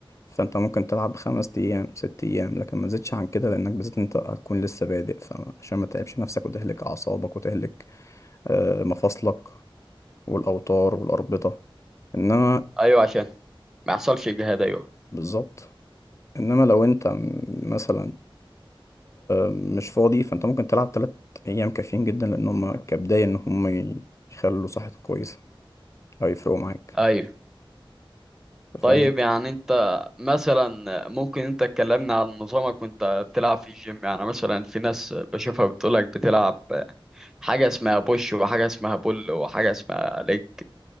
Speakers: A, on the left (about 35°); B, in the centre.
A: فانت ممكن تلعب خمس ايام ست ايام لكن ما تزيدش عن كده لانك بالذات انت هتكون لسه بادئ فعشان ما تتعبش نفسك وتهلك اعصابك وتهلك آه، مفاصلك والاوتار والاربطة انما
B: ايوه عشان ما يحصلش اجهاد ايوه
A: بالظبط انما لو انت م- مثلا مش فاضي فانت ممكن تلعب تلات ايام كافيين جدا لان هم كبداية ان هم يخلوا صحتك كويسة او يفرقوا معاك
B: ايوه
A: فاهم
B: طيب يعني انت مثلا ممكن انت تكلمنا عن نظامك وانت بتلعب في الجيم يعني مثلا في ناس بشوفها بتقولك بتلعب حاجه اسمها بوش وحاجه اسمها بول وحاجه اسمها ليج